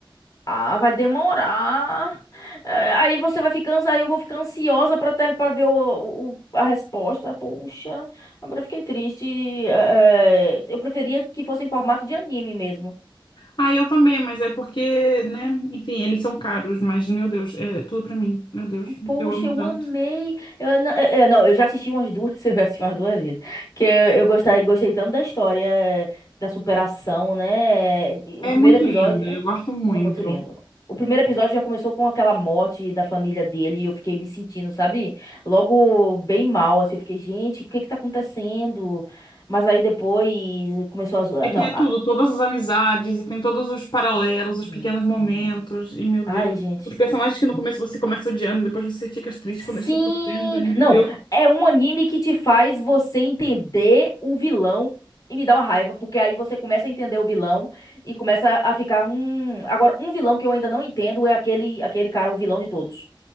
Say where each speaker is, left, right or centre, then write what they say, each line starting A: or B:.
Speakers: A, on the left; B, on the left.
A: Ah, vai demorar. É, Aí você vai ficar, ansi- aí eu vou ficar ansiosa pra ter, para ver o, o- a resposta. Poxa, agora eu fiquei triste. É, é, eu preferia que fosse em formato de anime mesmo.
B: Ah, eu também, mas é porque, né? Enfim, eles são caros, mas meu Deus, é tudo pra mim. Meu Deus,
A: Poxa,
B: eu amo
A: eu
B: tanto.
A: amei. Eu, não, eu, não, eu já assisti umas duas, <laughs> eu já assisti umas duas vezes. Que eu, eu gostei, gostei tanto da história, eh, da superação, né? E
B: É
A: O primeiro
B: muito
A: episódio
B: linda, eu gosto muito.
A: é muito lindo. O primeiro episódio já começou com aquela morte da família dele e eu fiquei me sentindo, sabe? Logo bem mal, assim, eu fiquei, gente, o que é que tá acontecendo? Mas aí depois começou a zoar.
B: É que
A: Não,
B: é tudo,
A: a...
B: todas as amizades, e tem todos os paralelos, os pequenos
A: Uhum,
B: momentos,
A: uhum.
B: e meu
A: Ai,
B: Deus.
A: gente.
B: Os personagens que no começo você começa odiando e depois você fica triste
A: Sim!
B: quando eles estão sofrendo, e meu
A: Não,
B: Deus.
A: é um anime que te faz você entender o vilão e me dá uma raiva, porque aí você começa a entender o vilão e começa a ficar, hum... Agora, um vilão que eu ainda não entendo é aquele, aquele cara, o vilão de todos.